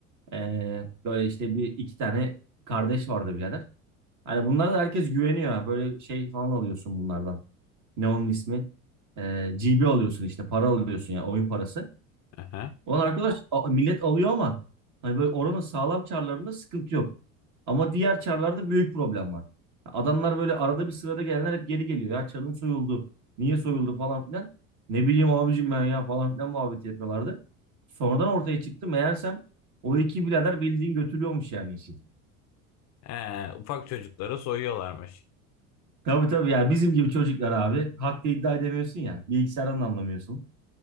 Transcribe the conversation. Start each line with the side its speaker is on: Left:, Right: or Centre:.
Right: Ee, böyle işte bir iki tane kardeş vardı birader. Hani bunlara da herkes güveniyor. ha. Böyle şey falan alıyorsun bunlardan. Ne onun ismi? Ee, GB alıyorsun işte para alıyorsun ya oyun parası.
Left: aha.
Right: Ulan arkadaş a- millet alıyor ama hani böyle oranın sağlam çarlarında sıkıntı yok. Ama diğer çarlarda büyük problem var. Adamlar böyle arada bir sırada gelenler hep geri geliyor. Ya çarım soyuldu. Niye soyuldu falan filan. Ne bileyim abicim ben ya falan filan muhabbet yapıyorlardı. Sonradan ortaya çıktı. Meğersem o iki birader bildiğin götürüyormuş yani işi.
Left: Ee, ufak çocuklara soyuyorlarmış.
Right: Tabii tabii ya bizim gibi çocuklar abi. Hakta iddia edemiyorsun ya. Bilgisayardan da anlamıyorsun.